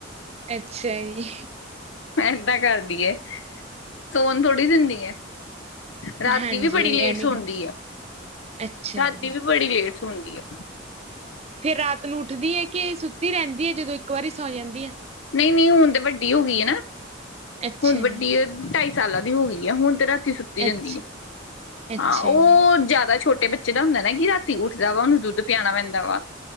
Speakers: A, on the right; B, on the left.
A: ਅੱਛਾ, ਜੀ।
B: ਏਦਾਂ ਕਰਦੀ ਏ ਸੋਨ ਥੋੜੀ ਦਿੰਦੀ ਏ। ਰਾਤੀ
A: ਹਾਂਜੀ
B: ਵੀ ਬੜੀ ਲੇਟ
A: ਐਵੇਂ
B: ਸੋਂਦੀ ਆ
A: ਅੱਛਾ
B: ਰਾਤੀ
A: ਜੀ,
B: ਵੀ ਬੜੀ ਲੇਟ ਹੋਂਦੀ ਹੈ।
A: ਫੇਰ ਰਾਤ ਨੂੰ ਉੱਠਦੀ ਏ, ਕਿ ਸੁੱਤੀ ਰਹਿੰਦੀ ਏ ਜਦੋਂ ਇੱਕ ਵਾਰੀ ਸੌਂ ਜਾਂਦੀ ਏ?
B: ਨਹੀਂ -ਨਹੀਂ ਹੁਣ ਤਾਂ ਵੱਡੀ ਹੋ ਗਈ ਏਨਾ
A: ਅੱਛਾ
B: ਹੁਣ
A: ਜੀ,
B: ਵੱਡੀ ਢਾ ਈ ਸਾਲਾਂ ਦੀ ਹੋ ਗਈ ਹੈ, ਹੁਣ ਤੇ ਰਾਤੀ ਸੁੱਤੀ ਜਾਂਦੀ
A: ਅੱਛ
B: ਏ,
A: ਅੱਛਾ
B: ਹਾਂ ਉਹ
A: ਜੀ,
B: ਜਿਆਦਾ ਛੋਟੇ ਬੱਚੇ ਜਿਦਾ ਹੁੰਦਾ ਨਾ ਕਿ ਰਾਤੀ ਉੱਠਦਾ ਵਾ ਉਹਨੂੰ ਦੁੱਧ ਪਿਆਣਾ ਪੈਂਦਾ ਵਾ।